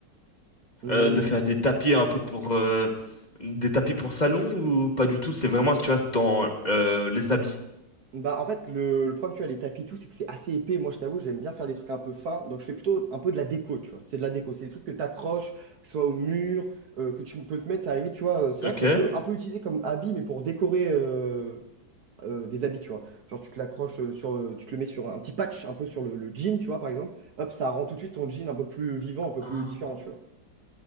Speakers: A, on the right; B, on the left.
A: Hum,
B: euh, de faire des tapis un peu pour euh, des tapis pour salon ou pas du tout? C'est vraiment, tu vois, c'est dans euh, les habits.
A: Bah, en fait, le, le problème, tu vois, les tapis, et tout, c'est que c'est assez épais. Moi, je t'avoue, j'aime bien faire des trucs un peu fins. Donc, je fais plutôt un peu de la déco, tu vois. C'est de la déco. C'est des trucs que tu accroches, que ce soit au mur, euh, que tu peux te mettre à la limite, tu vois. euh, C'est
B: Ok.
A: vrai que ça peut un peu utiliser comme habit, mais pour décorer euh, euh, des habits, tu vois. Genre, tu te l'accroches euh, sur, euh, tu te le mets sur un petit patch, un peu sur le, le jean, tu vois, par exemple. Hop, ça rend tout de suite ton jean un peu plus vivant, un peu
B: Ah.
A: plus différent, tu vois.